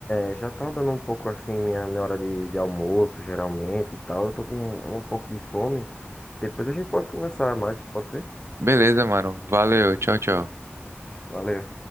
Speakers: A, on the left; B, on the right.
A: é, já tá dando um pouco assim minha, minha hora de, de almoço, geralmente e tal. Eu tô com um, um pouco de fome. Depois a gente pode conversar mais, pode ser?
B: beleza, mano. Valeu, tchau, tchau.
A: Valeu.